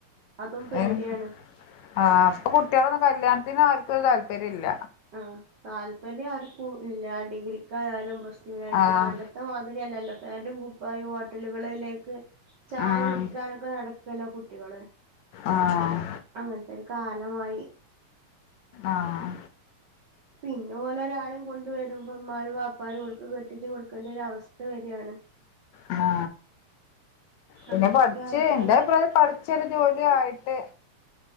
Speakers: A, on the right (about 40°); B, on the left (about 75°).
A: അതും പേടിയാണ്
B: ആ അപ്പൊ കുട്ടികളൊന്നും കല്യാണത്തിന് ആർക്കുമൊരു താല്പ പരില്ല
A: ആ താല്പര്യം ആർക്കുമില്ല ഡിഗ്രിക്കായാലും പ്ലസ് ടുനായിട്ടും
B: ആഹ്
A: പണ്ടത്തെ മാതിരിയല്ലല്ലോ കുപ്പായും ഹോട്ടലുകളിലേക്ക് ചായ
B: ആഹ്
A: കുടിക്കാനൊക്കെ നടക്കല്ലോ കുട്ടികള്
B: ആഹ്
A: അങ്ങനത്തെ കാലമായി
B: ആഹ
A: പിന്നെ ഓല് ഒരാളെയും കൊണ്ട് വരുമ്പോ ഉമ്മനെയും വാപ്പാനെ കെട്ടിച്ച് കൊടുക്കേണ്ടി ഒരു അവസ്ഥ വര്യാണ്
B: ആ പിന്നെ
A: അങ്ങനൊക്കെ
B: പഠിച്ച
A: ആയിട്ടാണ്
B: എന്റെ അഭിപ്രായത്തി പഠിച്ചോരു ജോലിയായിട്ട്